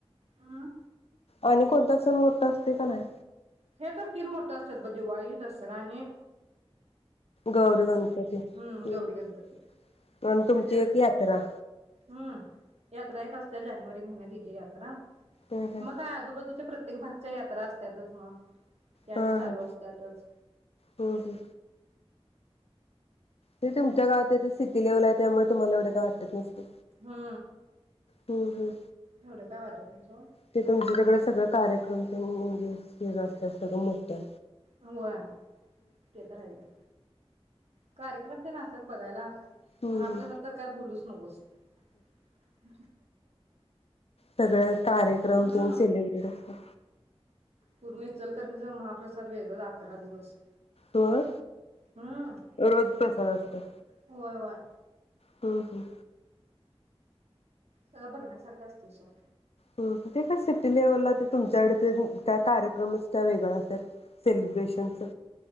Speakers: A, on the right (about 85°); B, on the left (about 70°).
A: अं
B: आणि कोणता सण मोठा असतोय क नाय
A: हे तर तीन मोठं असत ब दिवाळी दसरा आणि
B: गौरी गणपती ह्
A: हम्म गौरी गणपती
B: आणि तुमची
A: हे तर
B: एक यात्रा
A: हम्म यात्रा एक असत्या जानेवारी महिन्यात येती यात्रा
B: हं हं
A: मग का आजूबाजूच्या प्र त्येक भागच्या यात्रा असत्यातच मग त्या आणि
B: हं
A: चालू
B: हं
A: असत्यातच
B: हं हं ते तुमच्या गावात सिटी लेवल आहे त्यामुळे तुम्हाला एवढे काय वाटत नसल
A: हा
B: हूं हूं
A: एवढ काय वाटत सोड
B: ते तुमचीतल सगळं कार्यक्रम हूं म्हणजे जास्त असत ग मोठ्य
A: होय ते तर हायच कार्यक्रम ते आ बघायला
B: हम्म
A: महाप्रसाद
B: हम्म.
A: तर काय बोलूच नकोस. <inaudible>
B: सगळ कार्यक्रम
A: हम्म
B: तेन सेलिब्रेट असतात.
A: पूर्ण इचलकरंजीचा महाप्रसाद वेगळा अकरा दिवस
B: होय
A: हम्म
B: रोज प्रसा द असतोय.
A: होय वय
B: हम् हम्
A: सगळं बघण्यासारखं असतय सोड.
B: हम् ते काय सिटी लेव्हलला ते तुमच्याकडे ते त्या कार्यक्रमचं त्या वेगळ असत्यात. सेलिब्रेशनचं